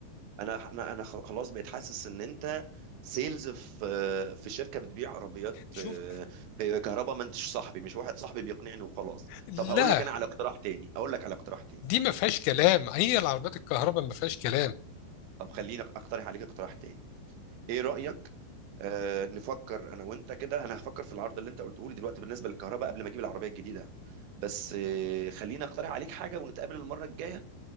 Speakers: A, on the right (about 70°); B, on the left (about 85°).
A: انا انا انا خلاص بقيت حاسس ان انت سيلز في في شركه بتبيع عربيات
B: شوف
A: آه، كهرباء ما انتش صاحبي مش واحد صاحبي بيقنعني وخلاص
B: لا
A: طب هقول لك انا على اقتراح تاني اقول لك على اقتراح تاني
B: دي ما فيهاش كلام هي العربيات الكهرباء ما فيهاش كلام
A: طب خليني اقترح عليك اقتراح تاني ايه رأيك آه نفكر انا وانت كده انا هفكر في العرض اللي انت قلته لي دلوقتي بالنسبة للكهرباء قبل ما اجيب العربية الجديدة بس آه خليني اقترح عليك حاجة ونتقابل المرة الجاية